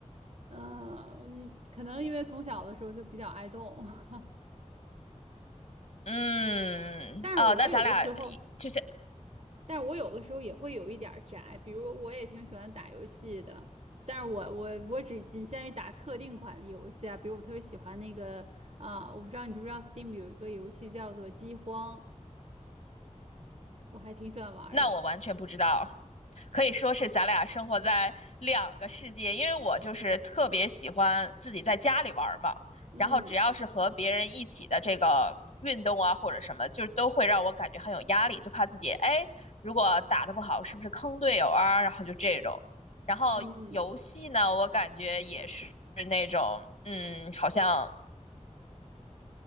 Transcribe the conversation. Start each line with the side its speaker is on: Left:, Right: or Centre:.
Right: 呃，你可能因为从小的时候就比较爱动，<laughs>
Left: 嗯，
Right: 但是我有的时候，
Left: 哦，那咱俩就像，
Right: 但是我有的时候也会有一点儿宅，比如我也挺喜欢打游戏的，但是我我我只仅限于打特定款的游戏啊，比如我特别喜欢那个啊、我不知道你知不知道 Steam 有一个游戏叫做《饥荒》，我还挺喜欢玩儿的，
Left: 那我完全不知道。可以说是咱俩生活在两个世界，因为我就是特别喜欢自己在家里玩儿嘛，
Right: 嗯
Left: 然后只要是和别人一起的这个运动啊或者什么，就是都会让我感觉很有压力，就怕自己哎，如果打的不好，是不是坑队友啊？然后就这种，然后游戏呢，
Right: 嗯
Left: 我感觉也是那种，嗯，好像。